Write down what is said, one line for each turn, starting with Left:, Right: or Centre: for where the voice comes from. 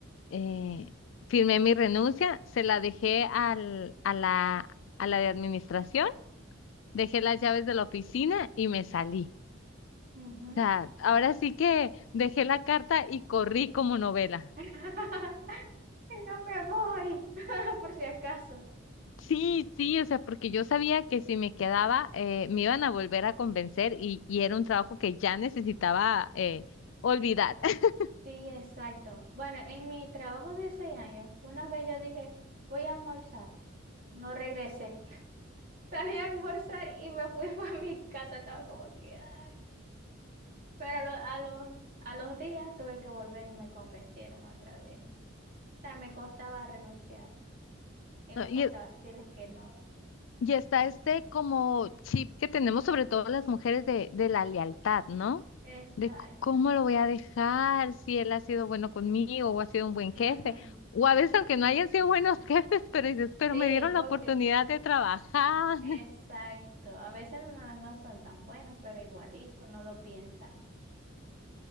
Left: eh, firmé mi renuncia, se la dejé al, a la, a la de administración, dejé las llaves de la oficina y me salí.
Right: Ujú.
Left: O sea, ahora sí que dejé la carta y corrí como novela.
Right: <laughs> Y no me voy, <laughs> por si acaso.
Left: Sí, sí, o sea, porque yo sabía que si me quedaba eh, me iban a volver a convencer y, y era un trabajo que ya necesitaba eh, olvidar. <laughs>
Right: Sí, exacto. Bueno, en mi trabajo de seis años, una vez yo dije, voy a almorzar. No regresé. <laughs> Salí a almorzar y me fui <laughs> para mi casa. Estaba como que, ay. Pero a lo- a los, a los días tuve que volver, me convencieron otra vez. O sea, me costaba renunciar y
Left: No,
Right: me
Left: Y,
Right: costaba
Left: es-
Right: decirles que no.
Left: y está este como chip que tenemos sobre todo las mujeres de, de la lealtad, ¿no?
Right: Exacto.
Left: De c- cómo lo voy a dejar, si él ha sido bueno conmigo o ha sido un buen
Right: Ujú.
Left: jefe, o a veces aunque no hayan sido buenos <laughs> jefes, pero dices, pero
Right: Sí,
Left: me dieron la
Right: porque,
Left: oportunidad de trabajar.
Right: exacto.
Left: <laughs>
Right: A veces no, no son tan buenos, pero igualito, no lo piensa.